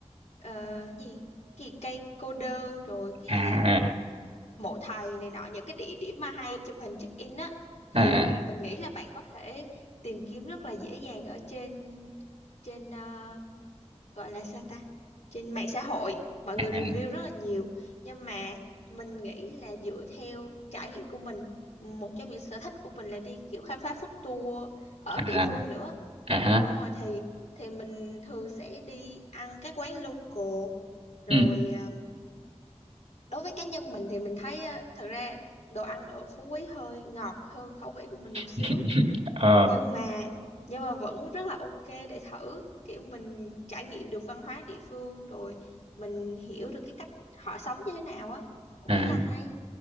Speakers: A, on the left; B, on the right.
A: ờ, gì cái gì cây cô đơn rồi cái
B: à
A: gì mộ thầy này nọ những cái địa điểm mà hay chụp hình check in á
B: à
A: thì mình nghĩ là bạn có thể tìm kiếm rất là dễ dàng ở trên trên ờ, gọi là sao ta trên mạng xã hội mọi người
B: à
A: review rất là nhiều nhưng mà mình nghĩ là dựa theo trải nghiệm của mình một trong những sở thích của mình là đi kiểu khám phá food tour ở
B: à
A: địa
B: à,
A: phương nữa
B: à,
A: đúng
B: ha.
A: rồi thì thì mình thường sẽ đi ăn các quán local rồi
B: Ừ.
A: ờ, đối với cá nhân mình thì mình thấy ờ, thật ra đồ ăn ở Phú Quý hơi ngọt hơn khẩu vị của mình một xíu
B: <laughs> Ờ
A: nhưng mà nhưng mà vẫn rất là ok để thử kiểu mình trải nghiệm được văn hóa địa phương rồi mình hiểu được cái cách họ sống như thế nào á cũng
B: à
A: khá là hay